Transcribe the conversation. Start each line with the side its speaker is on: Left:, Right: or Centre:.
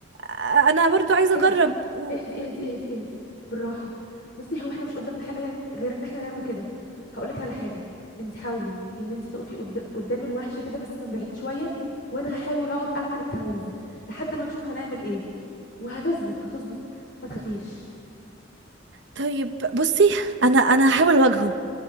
Right: آه، انا برضو عايزه
Left: اهدي
Right: اجرب و...
Left: اهدي اهدي اهدي اهدي بالراحه بصي هو احنا مش قدامنا حاجه غير ان احنا نعمل كده هقولك على حاجه انت حاولي ان انت تقفي قد... قدام الوحش كده بس من بعيد شويه وانا هحاول اقعد اعمل التعويذه لحد ما نشوف هنعمل ايه وهتظبط هتظبط ما تخافيش
Right: طيب بصي انا انا هحاول اواجهه